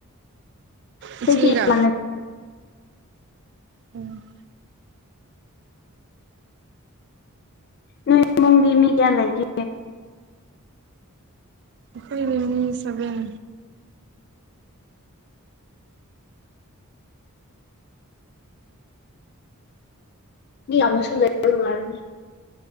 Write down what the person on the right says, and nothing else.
ꯏꯆꯦꯒ
ꯎꯝ
ꯈꯣꯏꯔꯃꯤ ꯁꯕꯦꯟ